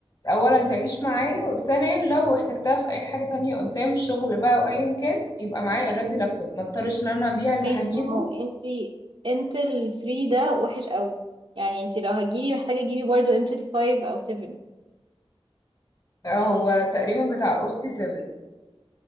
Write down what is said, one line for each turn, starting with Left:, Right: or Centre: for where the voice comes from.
Left: اولا تعيش معايا وثانيا لو احتجتها في اي حاجة تانية قدام شغل بقى او ايا كان يبقى معايا اوريدي لابتوب ما اضطرش ان انا ابيع اللي
Right: ماشي
Left: هجيبه
Right: ما هو انتي انتل 3 ده وحش قوي يعني انتي لو هتجيبي محتاجة تجيبي برضو انتل 5 او 7
Left: آه، هو تقريبا بتاع اختي 7